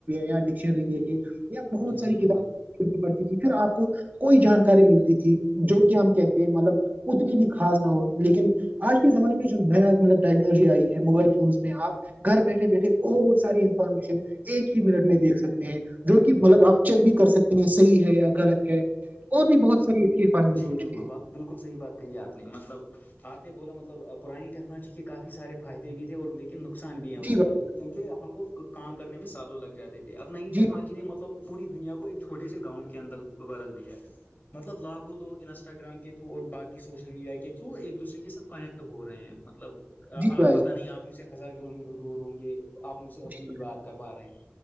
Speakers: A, on the right; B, on the left.
A: یا ڈکشنری دیکھے بہت
B: جی
A: ساری
B: جی
A: کیتا
B: بالکل
A: پڑتی تھی پھر آپ کوئی جانکاری ملتی تھی جو کہ ہم کہتے ہیں مطلب اتنی بھی خاص نہ ہو لیکن آج کے زمانے میں جو نیا مطلب ٹیکنالوجی آئی ہے موبائل فونس میں آپ گھر بیٹھے بیٹھے بہت ساری انفارمیشن ایک ہی منٹ میں دیکھ سکتے ہیں جو کہ مطلب آپ چیک بھی کر سکتے ہیں صحیح ہے یا غلط ہے اور بھی بہت ساری اس کے فائدے
B: جی
A: ہو
B: بالکل
A: چکے ہیں
B: با بالکل صحی بات کہی ہے آپ نے مطلب آپ نے بولا مطلب پرانی ٹیکنالوجی کے کافی سارے فائد بھی تھے اور لیکن نقصان بھی ہے
A: جی
B: اس
A: بھائی
B: کے لیے کیونکہ ہم کو کام کرنے میں سالوں لگ جاتے تھے اب نئی
A: جی
B: ٹیکنالوجی نے مطلب پوری دنیا کو ایک چھوٹے سے گاؤں کے اندر بدل دیا ہے مطلب لابھ وہ لوگ انسٹا گرام کے تھرو اور باقی سوشل میڈیا کے تھرو ایک دوسرے کے ساتھ کنیکٹ ہو رہے ہیں مطلب
A: جی
B: آپ
A: بھائی
B: پتہ نہیں آپ مجھ سے ہزار کلو میٹر دور ہوں گے آپ مجھ سے ابھی
A: جی
B: بھی بات کر پا رہے ہیں